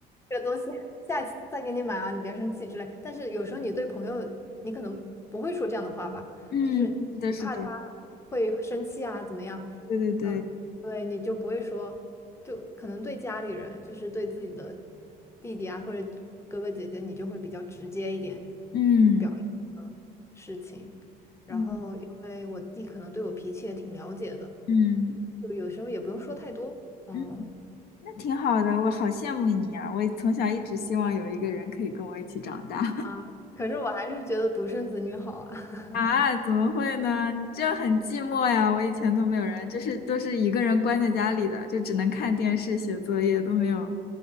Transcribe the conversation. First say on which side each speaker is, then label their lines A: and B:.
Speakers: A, on the left (about 15°); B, on the left (about 70°).
A: 这个东西下次再给你买啊，你别生气之类。但是有时候你对朋友，你可能不会说这样的话吧，
B: 嗯，
A: 就是你怕他
B: 是的，是的，
A: 会生气啊，怎么样？
B: 对对对，
A: 那对你就不会说，就可能对家里人，就是对自己的弟弟啊或者哥哥姐姐，你就会比较直接一点
B: 嗯
A: 表示这个事情。然后因为我弟可能对我脾气也挺了解的，
B: 嗯嗯。
A: 就有时候也不用说太多，嗯。
B: 嗯那挺好的，我好羡慕你啊！我从小一直希望有一个人可以跟我一起长大 <laughs>
A: 啊可是我还是觉得独生子女好啊。<laughs>
B: 啊！怎么会呢？你这样很寂寞呀！我以前都没有人，就是都是一个人关在家里的，就只能看电视、写作业，都没有，